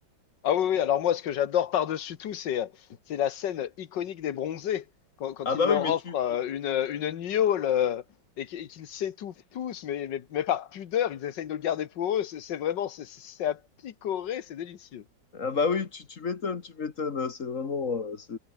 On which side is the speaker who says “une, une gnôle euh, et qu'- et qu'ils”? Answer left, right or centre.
Left